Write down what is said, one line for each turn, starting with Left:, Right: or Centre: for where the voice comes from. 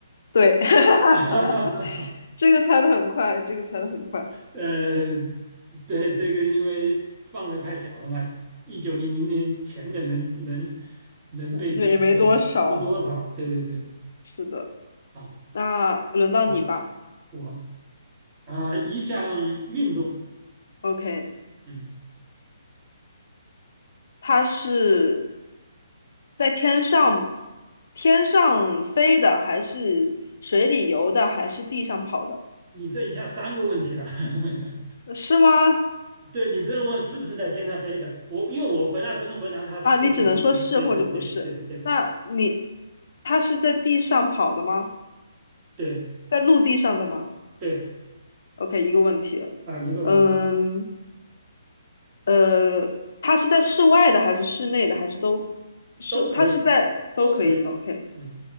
Left: 对，<laughs>
Right: <laughs>
Left: 这个猜的很快，这个猜的很快，
Right: 呃，对，这个因为范围太小了嘛，一九零零年前的能能能被记住的不多少。
Left: 嗯，也没多少。
Right: 对对对，
Left: 是的，
Right: 啊，
Left: 那轮到你吧。
Right: 好，我啊、一项运动，
Left: OK，
Right: 嗯，
Left: 它是在天上天上飞的，还是水里游的，还是地上跑的？
Right: 你这一下三个问题了，<laughs>
Left: 是吗？
Right: 对你这么问是不是在天上飞的？我因为我回答只能回答他是或不是嘛。
Left: 啊，你只能说是或者不是。
Right: 对对对对对
Left: 那你，它是在地上跑的吗？
Right: 对
Left: 在陆地上的吗
Right: 对
Left: ？OK，一个问题了嗯，
Right: 啊，一个问题
Left: 呃，它是在室外的，还是室内的，还是都是？
Right: 都可以，
Left: 它是在都可以。
Right: 都可以。
Left: OK。
Right: 嗯，